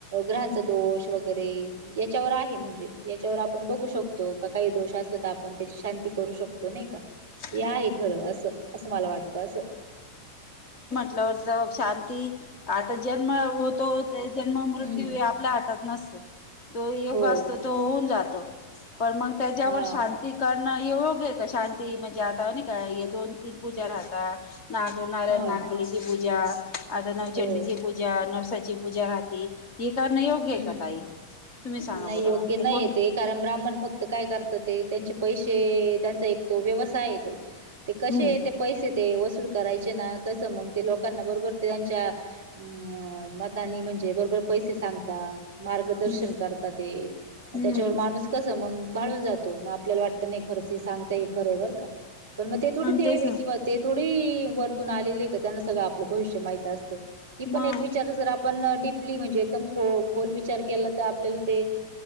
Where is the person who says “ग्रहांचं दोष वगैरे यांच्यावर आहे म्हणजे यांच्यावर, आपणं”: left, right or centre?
Right